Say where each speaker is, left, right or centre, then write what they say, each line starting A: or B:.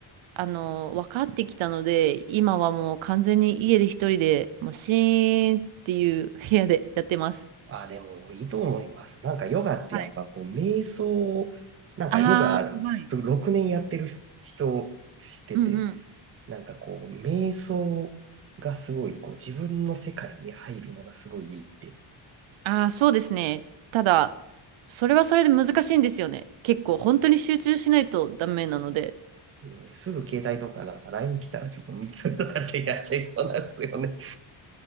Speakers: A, on the right; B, on the right.
A: あの、分かってきたので、今はもう完全に家で一人で、もうシーンっていう部屋でやってます。
B: あ、でもいいと思います。なんかヨガってやっぱこう瞑想を、
A: はい。
B: なんかヨガ6年やってる人知ってて、
A: ああ、はい。うん
B: なんかこう瞑想がすごいこう自分の世界に入るのがすごいいいって。
A: ああ、そうですね。ただ、それはそれで難しいんですよね。結構、本当に集中しないとダメなので。
B: ね、すぐ携帯とかなんか LINE 来たらちょっと見たりとかってやっちゃいそうなんですよね。